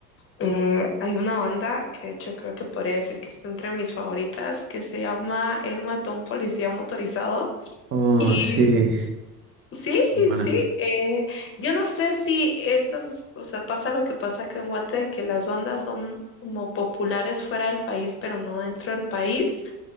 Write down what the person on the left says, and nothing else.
Eh, hay una banda que de hecho creo que podría decir que está entre mis favoritas que se llama El Matón Policía Motorizado
y
Sí,
sí. eh, yo no sé si estas, o sea, pasa lo que pasa acá en Guate, de que las ondas son como populares fuera del país, pero no dentro del país,